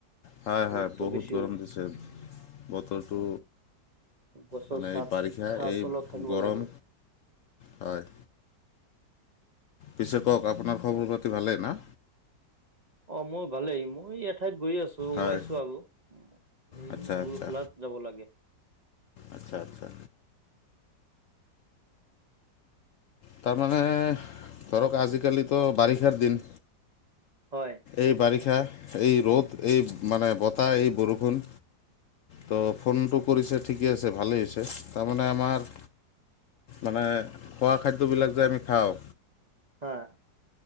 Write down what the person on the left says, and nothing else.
হয়
হয় বহুত
গৰম
দিছে বতৰটো
মানে
এই বাৰিষা
এই
গৰম
হয় পিছে কক আপোনাৰ খবৰ পাতি ভালেই না
হয়
আচ্ছা
আচ্ছা
আচ্ছা আচ্ছা তাৰমানে ধৰক আজিকালিতো বাৰিষাৰ দিন
এই বাৰিষা এই ৰ'দ এই মানে বতাহ এই বৰষুণ তো ফোনটো কৰিছে ঠিকে আছে ভালেই হৈছে তাৰমানে আমাৰ মানে খোৱা খাদ্যবিলাক যে আমি খাওঁ